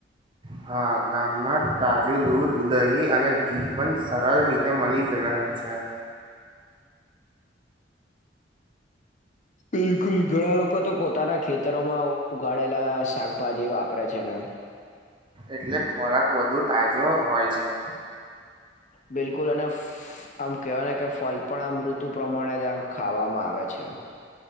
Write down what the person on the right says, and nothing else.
હા ગામમાં તાજું દૂધ દહીં અને ઘી પણ સરળ રીતે એમ વાી જગહ હ છે.
એટલે ખોરાક વધુ તાજો હોય છે.